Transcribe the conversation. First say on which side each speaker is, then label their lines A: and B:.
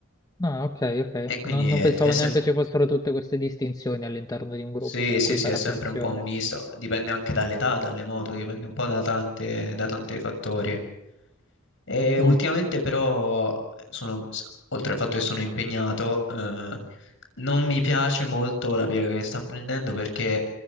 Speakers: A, on the left; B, on the left.
A: ah, ok, ok.
B: E quindi
A: Non, non
B: è,
A: pensavo
B: è sempre.
A: neanche ci fossero tutte queste distinzioni all'interno di un gruppo
B: Sì,
A: a
B: sì,
A: cui
B: sì,
A: fare
B: è sempre
A: attenzione.
B: un po' un misto, dipende anche dall'età, dalle moto, dipende un po' da tante, da tanti fattori. E
A: Mm,
B: ultimamente però, eh, sono, s- oltre al fatto che sono impegnato, eh, non mi piace molto la piega che sta prendendo perché